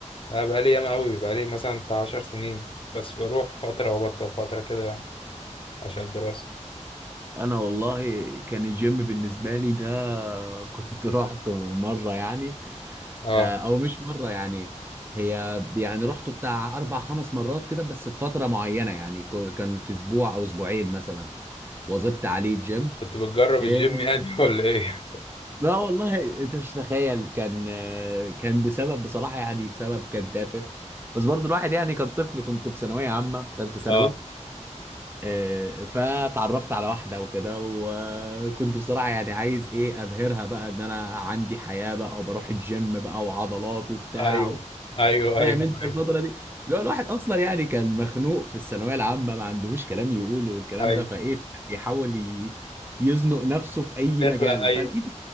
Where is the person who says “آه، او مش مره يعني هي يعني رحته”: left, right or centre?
Right